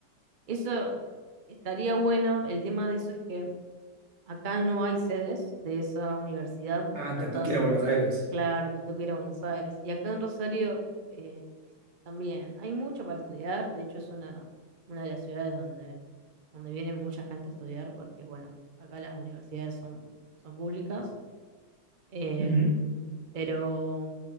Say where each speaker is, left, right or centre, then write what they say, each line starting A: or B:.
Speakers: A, on the right (about 80°); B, on the right (about 35°).
A: Eso estaría bueno. El tema de eso es que acá no hay sedes de esa universidad.
B: Ah,
A: Están
B: te toca
A: todas
B: ir a
A: en,
B: Buenos Aires.
A: claro, me tengo que ir a Buenos Aires. Y acá en Rosario eh, también hay mucho para estudiar. De hecho, es una, una de las ciudades donde, donde viene mucha gente a estudiar porque, bueno, acá las universidades son, son públicas. Em,
B: Ujú,
A: pero